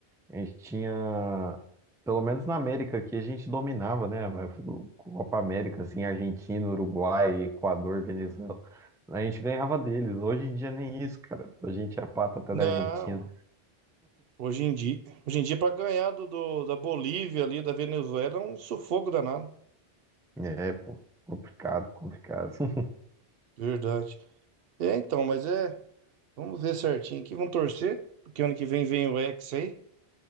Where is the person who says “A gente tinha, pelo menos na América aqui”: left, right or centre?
Centre